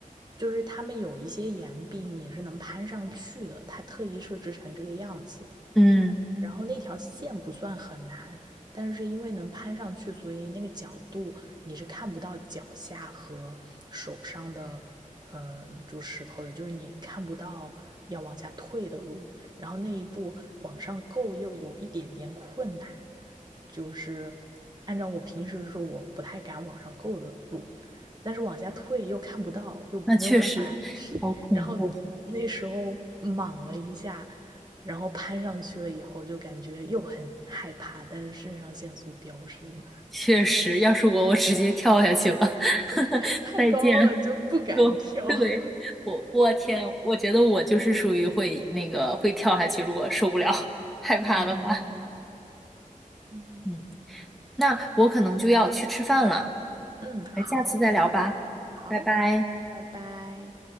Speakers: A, on the right (about 30°); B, in the centre.
A: 就是他们有一些岩壁你也是能攀上去的，他特意设置成这个样子。
B: 嗯，
A: 然后那条线不算很难，但是因为能攀上去，所以那个角度你是看不到脚下和手上的，嗯，就石头的，就是你看不到要往下退的路。然后那一步往上够又有一点点困难，就是按照我平时说我不太敢往上够的路，但是往下退又看不到，又没有办法
B: 那确实好恐怖，
A: 然后那时候莽了一下，然后攀上去了以后，就感觉又很害怕，但是肾上腺素飙升，
B: 确实，要是我，我直接跳下去了。<laughs>
A: <laughs> 太高了就不敢跳。
B: 再见。就 <laughs> 对我，
A: <laughs>
B: 我天，我觉得我就是属于会那个会跳下去，如果受不了、<laughs> 害怕的话。
A: 嗯嗯
B: 嗯，那我可能就要去吃饭了，
A: 嗯，好
B: 那下次再聊吧，
A: 好，
B: 拜拜。
A: 拜拜。